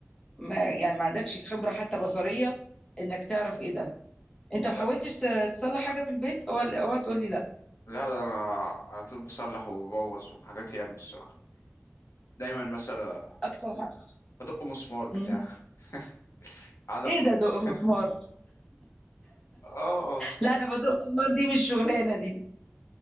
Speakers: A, on the left (about 15°); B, on the left (about 85°).
A: ما يعني ما عندكش خبره حتى بصريه انك تعرف ايه ده انت ما حاولتش
B: أيوة.
A: ت- تصلح حاجه في البيت اوعى اوعى تقول لي لا
B: لا ده انا على طول بصلح وببوظ وحاجات ياما الصراحة دايما مثلا
A: اكتر حاجه
B: ادق مسمار بتاع
A: مم.
B: <laughs> علق
A: ايه
B: فانوس
A: ده دق مسمار
B: <laughs> اه اه س-
A: لا انا
B: س-
A: بدق مسمار دي مش شغلانه دي